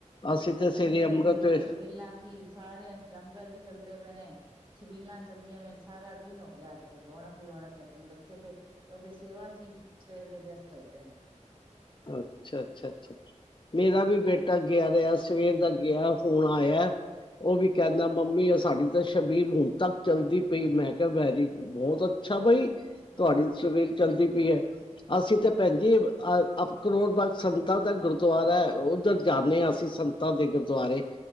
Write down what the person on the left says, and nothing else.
ਅਸੀਂ ਤਾਂ
ਸਵੇਰੇ ਅੰਮ੍ਰਿਤ
ਅੱਛਾ ਅੱਛਾ ਅੱਛਾ, ਮੇਰਾ ਵੀ ਬੇਟਾ ਗਿਆ ਦੈ, ਅੱਜ ਸਵੇਰ ਦਾ ਗਿਆ ਹੁਣ ਆਯੈ। ਔ ਵੀ
ਕੈੰਦਾ ਮੰਮੀ ਔ ਸਾਡੀ ਦ ਸ਼ਬੀਲ ਹੁਣ ਤੱਕ ਚੱਲਦੀ ਪਈ, ਮੈਂ ਕਿਆ ਵੈਰੀ ਬੌਤ ਅੱਛਾ ਬਈ। ਤੁਹਾਡੀ
ਸ਼ਬੀਲ ਚਲਦੀ ਵੀ ਐ, ਅਸੀਂ ਤਾਂ ਪੈੰਜੀ ਅ ਅਪ ਕਰੋੜ ਬਾਗ ਸੰਤਾਂ ਦਾ ਗੁਰਦੁਆਰਾ ਐ, ਓਧਰ ਜਾਂਣੇ ਆਂ ਅਸੀਂ ਸੰਤਾਂ ਦੇ ਗੁਰਦੁਆਰੇ।